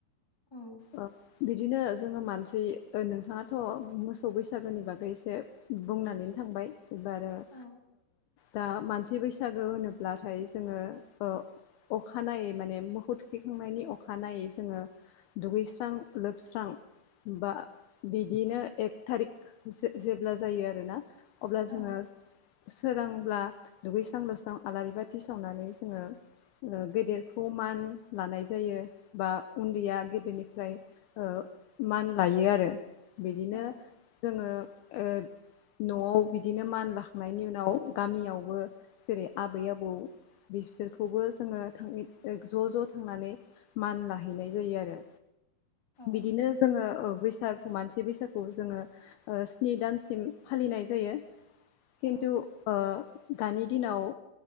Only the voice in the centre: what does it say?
औ
औ
औ
औ
औ
औ